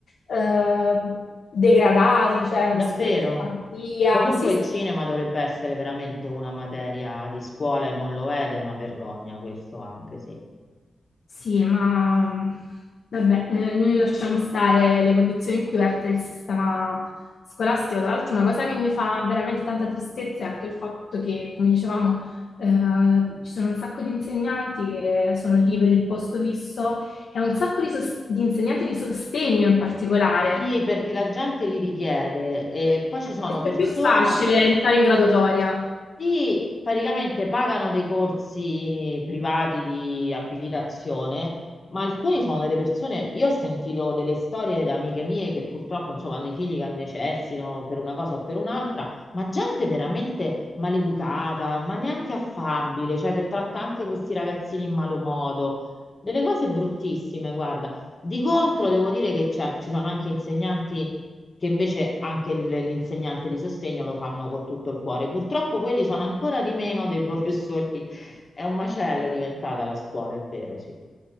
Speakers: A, on the left (about 65°); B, on the left (about 30°).
A: eh, degradati, cioè
B: davvero.
A: nelle scuole di fantasia.
B: Comunque
A: Sì, sì,
B: il cinema
A: sì.
B: dovrebbe essere veramente una materia di scuola e non lo è ed è una vergogna questo anche, sì.
A: Sì, ma mh, vabbè, eh, noi lasciamo stare le condizioni in cui verte il sistema scolastico. Tra l'altro, una cosa che mi fa veramente tanta tristezza è anche il fatto che, come dicevamo, eh, ci sono un sacco di insegnanti che sono lì per il posto fisso e un sacco di, sos- di insegnanti di sostegno in particolare,
B: Sì, perché la gente li richiede e poi ci sono
A: perché
B: persone
A: è più facile
B: che
A: entrare in graduatoria.
B: sì, praticamente pagano dei corsi privati di abilitazione, ma alcuni sono delle persone, io ho sentito delle storie da amiche mie che purtroppo insomma hanno i figli che necessitano per una cosa o per un'altra, ma gente veramente maleducata, ma neanche affabile, cioè che tratta anche questi ragazzini in malo modo, delle cose bruttissime, guarda. Di contro devo dire che c'è- ci sono anche insegnanti che invece anche il- l'insegnante di sostegno lo fanno con tutto il cuore. Purtroppo quelli sono ancora di meno dei professori. <laughs> È un macello diventata la scuola, è vero, sì.